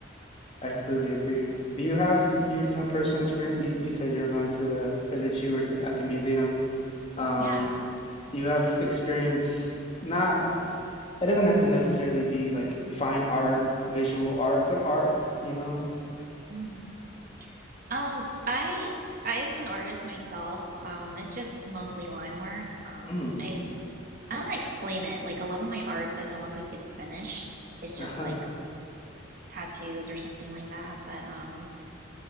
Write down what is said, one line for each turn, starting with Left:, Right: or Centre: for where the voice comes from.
Left: I completely
Right: It's cool.
Left: agree. Do you have you you know personal experience? You you said you were going to the or that you were to, at the museum. Um,
Right: Yeah.
Left: do you have experience? Not. It doesn't have to necessarily be like fine art, visual art, but art. You know.
Right: Mhm. Um, I I'm an artist myself. Um, it's just mostly line work. Um,
Left: Mm.
Right: I I don't know how to explain it. Like a lot of my art doesn't look like it's finished. It's
Left: <laughs>
Right: just like tattoos or something like that. But um